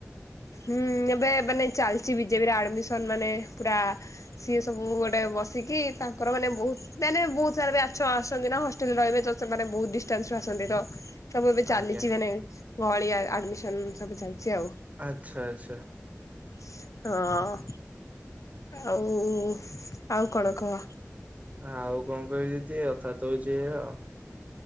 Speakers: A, on the left; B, on the right.
A: ହୁଁ ଏବେ ଏବେ ନେଇ ଚାଲିଛି ବିଜେପିର ଆଡମିସନ ମାନେ ପୁରା ସିଏ ସବୁ ଗୋଟେ ବସିକି ତାଙ୍କର ମାନେ ବହୁତ ମାନେ ବହୁତ ସାରା ବ <inaudible> ଆସଛନ୍ତି ନା ହଷ୍ଟେଲ ଓ ଏବେ ତ ସେମାନେ ବହୁତ ଡିଷ୍ଟାନ୍ସ ରୁ ଆସନ୍ତି ତ ସବୁ ଏବେ ଚାଲିଛିି
B: ଆଜ୍ଞା
A: ମାନେ ଗଳି ଆଡମିସନ ସବୁ ଚାଲିଛି ଆଉ।
B: ଆଚ୍ଛା, ଆଚ୍ଛା।
A: ହଁ। ଆଉ ଆଉ କଣ କହ?
B: ଆଉ କଣ କହିବି ଦିଦି କଥାତ ହଉଛି ଏୟା।